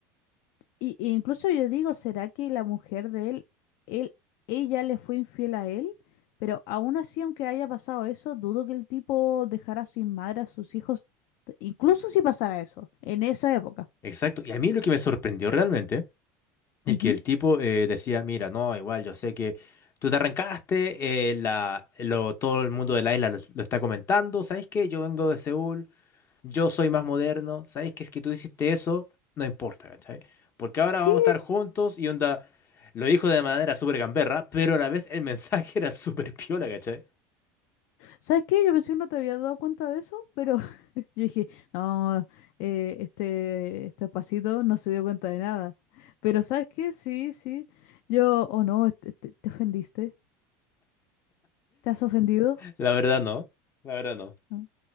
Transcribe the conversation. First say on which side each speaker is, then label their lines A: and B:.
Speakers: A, on the left (about 65°); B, on the left (about 35°).
A: Y, y incluso yo digo, ¿será que la mujer de él, él, ella le fue infiel a él? Pero aún así, aunque haya pasado eso, dudo que el tipo dejara sin madre a sus hijos, t- incluso si pasara eso, en esa época.
B: Exacto. Y a mí lo que me sorprendió realmente es
A: Ujú.
B: que el tipo eh, decía, mira, no, igual yo sé que tú te arrancaste, eh, la, lo- todo el mundo de la isla lo, lo está comentando, ¿sabes qué? Yo vengo de Seúl, yo soy más moderno, ¿sabes? Que es que tú hiciste eso, no importa, ¿cachai? Porque ahora
A: Sí,
B: vamos a estar juntos y onda, lo dijo de manera súper gamberra, pero a la vez el mensaje <laughs> era súper piola, ¿cachai?
A: ¿sabes qué? Yo pensé que no te había dado cuenta de eso, pero <laughs> yo dije, no, eh, este, este pasito no se dio cuenta de nada. Pero ¿sabes qué? Sí, sí, yo, oh no, este- te, te ofendiste, ¿te has ofendido?
B: La verdad no, la verdad no.
A: ¿No?